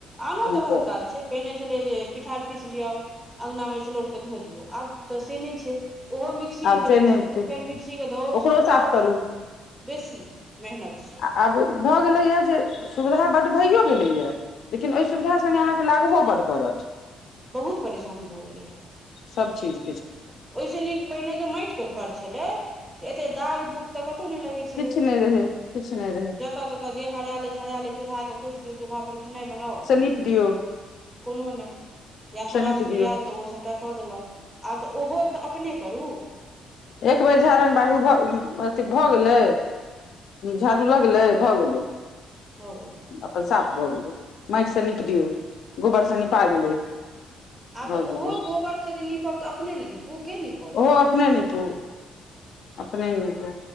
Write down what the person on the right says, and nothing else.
आनो
तरहक
काज छै पहिने छलै जे पिठार पीस लियअ अङ्गनामे सीलौट कऽ धो दियौ आब तऽ से नहि छै ओहो मिक्सीमे
जे
पिसू
फेर मिक्सीके धोउ
सुखाउ
बेसी मेहनत छै
बहुत परेशानी भऽ गेलै या
ओहिसँ नीक पहिने जे माटिक के घर छलै तऽ एते दाग दुग तऽ कतहु नहि लगै छलै
जतऽ ततऽ जे हरायल छै हरायल चूल्हा के पोछि दियौ चूल्हा पर खेनाइ बनाउ
कोनो नहि या खबासनी
एल तऽ ओ सभटा कऽ देलक आब तऽ ओहो तऽ अपने करू
भऽ गेलै
आब
तऽ ओहो
गोबरसँ जे नीपब तऽ अपने ने निपू के निपत